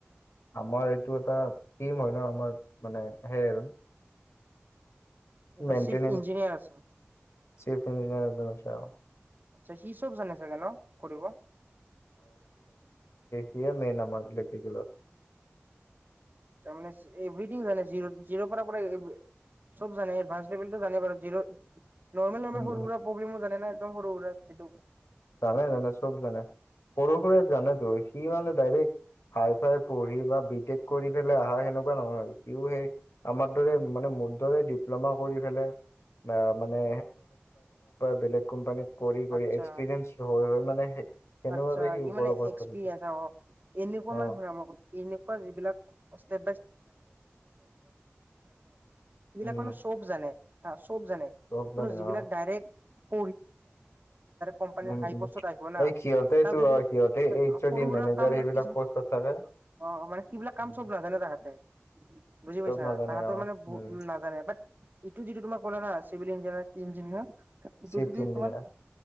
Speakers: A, on the left (about 90°); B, on the right (about 45°).
A: আমাৰ এইটো এটা থিম হয় ন আমাৰ মানে সেই আৰু
B: আচ্ছা
A: মেইনটে
B: চিফ ইঞ্জিনিয়াৰ আছে।
A: চিফ ইঞ্জিনিয়াৰ
B: আচ্ছা সি চব জানে চাগে ন কৰিব
A: এ মেই ন আমাৰ ইলেকট্ৰিকল
B: মানে এই বিডিং হয়ে জিৰ জিৰ পৰা পৰা চব জানে এডভান লেভেলটো জানে বাৰ জিৰ' নৰ্মে সৰু
A: উম,
B: সুৰা প্ৰব্লেমো জানে না একদম সৰু সুৰা যিটো
A: জানাই জানে চব জানে সৰু সুৰা জানেতো সি মানে ডাইৰেক্ট হাই ফাই পঢ়ি বা বি টেক কৰি পেলাই আহা সেনেকুৱা নহয় সিও সেই আমাৰ দৰে মানে প্া মানে বেলেগ কমানীত কৰি কৰি
B: আচ্ছা
A: এক্সপিৰিয়েন্ঞ্চ হৈ হৈ মানে সেনেকুৱাকে
B: আচ্ছা
A: সি
B: ই
A: ওপৰৰ
B: মানে
A: অৱস্থা
B: এক্সপিৰিয়েঞ্চ
A: পাইছে
B: আৰু এনেকুৱা
A: অ
B: মানে শুন এনেকুৱা যিবিলাক াই্ে
A: উম
B: য ন সবাক জান জান
A: চব জানে
B: যিলাক
A: অ
B: প কোম্পানীৰ
A: উম
B: হাই
A: উম
B: কষ্টত আহিব না
A: এই সিহঁতেতো
B: তাৰপছ
A: অ সিহঁতে এইচ অ'
B: কৰু
A: ডি
B: সুৰা
A: মেনেজাৰ
B: কাম
A: সেইবিলাক
B: কিছ অ
A: পষ্টত থাকে
B: অ মানে সবিলাক
A: উম,
B: কাম চব নাজানে তাহাঁতে বুজি
A: চব
B: পাইছা
A: নাজানে
B: তাহাঁতৰ
A: অ
B: মানে বু
A: উম
B: উ নাজানে বাট ইটো যিটো তোমাক কলে ন চিভিল ইঞ্জিনিয়াৰ সটো
A: চিফ
B: যদি
A: ইঞ্জিনিয়াৰ
B: তোমাৰ